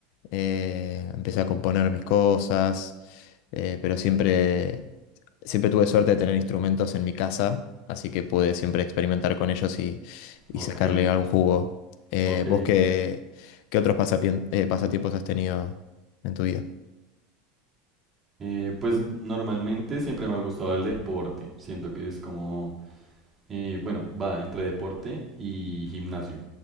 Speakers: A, on the left; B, on the right.
A: eh, empecé a componer mis cosas, eh, pero siempre, siempre tuve suerte de tener instrumentos en mi casa, así que pude siempre experimentar con ellos y, y
B: Ok,
A: sacarle algún jugo. Eh,
B: ok.
A: ¿vos qué, qué otros pasapien- eh, pasatiempos has tenido en tu vida?
B: Eh, pues normalmente siempre me ha gustado el deporte. Siento que es como, eh, bueno, va entre deporte y gimnasio.